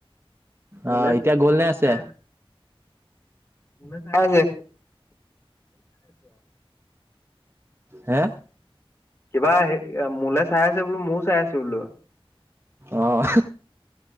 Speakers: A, on the left; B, on the right.
A: মোলে
B: অ' এতিয়া গ'ল
A: মোলে
B: নে আছে?
A: চাই <unintelligible>
B: হে।
A: কিবা হে মোলৈ চাই আছে বোলো মোৰও চাই আছে বোলো।
B: অঁ